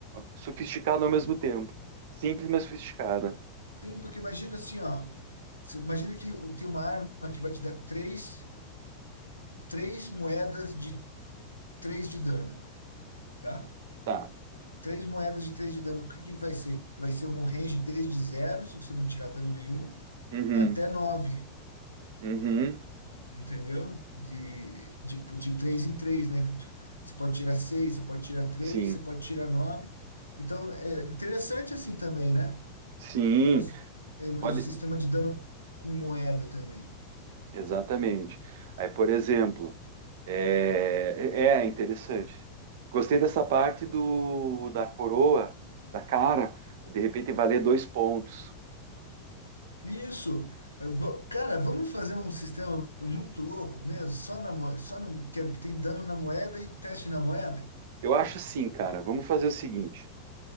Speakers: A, on the right; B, on the left.
A: sofisticada ao mesmo tempo. Simples, mas sofisticada.
B: Sim, porque imagina assim, ó. Você imagina que o- tem uma arma que vai te dar três, três moedas de três de dano, tá?
A: Tá.
B: Três moedas de três de dano. O que que vai ser? Vai ser um range desde zero, se você não tirar dano nenhum,
A: Uhum.
B: até nove.
A: Uhum.
B: entendeu? De, de, de três em três, né? De- Você pode tirar seis, você pode tirar três,
A: Sim.
B: você pode tirar nove. Então, é interessante assim também, né?
A: Sim.
B: Cons- é, O
A: Pode.
B: é o sistema de dano com moeda também.
A: Exatamente. Aí, por exemplo, é, é é interessante. Gostei dessa parte do da coroa, da cara, de repente valer dois pontos.
B: Isso. Eu vou- Cara, vamos fazer um sistema muito louco mesmo, só na moeda, só no, que é, que tem dano na moeda e teste na moeda?
A: Eu acho assim, cara. Vamos fazer o seguinte.